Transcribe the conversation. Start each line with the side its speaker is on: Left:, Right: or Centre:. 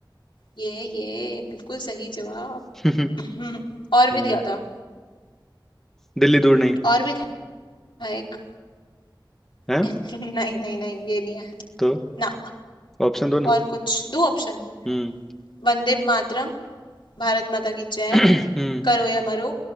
Left: ये ये बिल्कुल सही जवाब
Centre: <laughs>
Left: <laughs> और भी
Centre: हम्म
Left: दिया था
Centre: दिल्ली दूर नहीं
Left: और भी था एक
Centre: है
Left: <laughs> नहीं नहीं नहीं ये नहीं है
Centre: तो
Left: ना
Centre: ऑप्शन दो ना
Left: और कुछ दो ऑप्शन
Centre: हम्म
Left: वंदे मातरम भारत माता की जय
Centre: <clears throat> हम्म
Left: करो या मरो